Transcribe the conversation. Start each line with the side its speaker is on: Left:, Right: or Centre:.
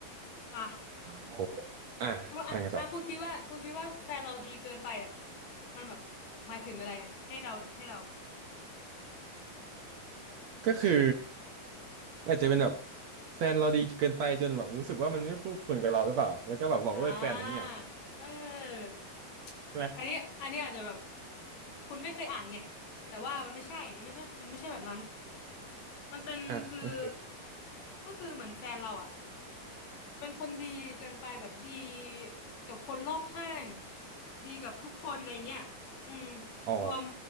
Left: อ่ะ
Right: โอ้โหอ่ะอ่ะไงต่อ
Left: ว่าอ่ะอ่ะคุณคิดว่าคุณคิดว่าแฟนเราดีเกินไปอ่ะมันแบบหมายถึงอะไรอ่ะให้เราให้เรา
Right: ก็คืออาจจะเป็นแบบแฟนเราดีเกินไปจนแบบรู้สึกว่ามันไม่คู่ควรกับเราหรือเปล่าแล้วก็แบบบอกเลิกแฟนอย่างเงี้ย
Left: อ่าเออ
Right: ใช่ไหม
Left: อันนี้อันนี้อาจจะแบบคุณไม่เคยอ่านไงแต่ว่ามันไม่ใช่มันไม่ใช่มันไม่ใช่แบบนั้นมันเป็นคือ
Right: อ่ะ
Left: ก็คือเหมือนแฟนเราอ่ะเป็นคนดีเกินไปแบบดีกับคนรอบข้างดีกับทุกคนในเงี้ยอืม
Right: อ๋อ
Left: รวม